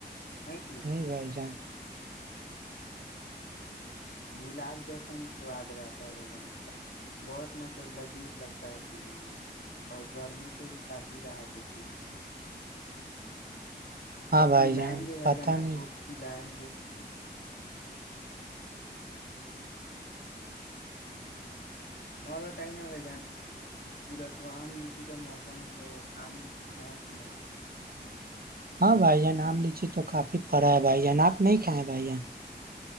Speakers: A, on the left; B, on the right.
A: پیے ہیں؟
B: نہیں بھائی جان
A: گلاب جیسا ہی سواد رہتا ہے بھ جان اس کا بہت مطلب لذیذ لگتا ہے پینے میں اور گرمی سے بھی کافی راحت دیتی ہے
B: ہاں
A: کبھی
B: بھائی جان
A: لائیں گے بھائی
B: پتہ
A: جان آپ
B: نہیں
A: کو پ لائیں گے <unintelligible> اور بتائیے نا بھائی جان ادھر تو آم لیچی کا موسم ہے تو آم لیچی کھائےیں کہ نہیں
B: ہاں بھائی جان آم لیچی تو کافی پڑا ہے بھائی جان آپ نہیں کھیں بھائی جان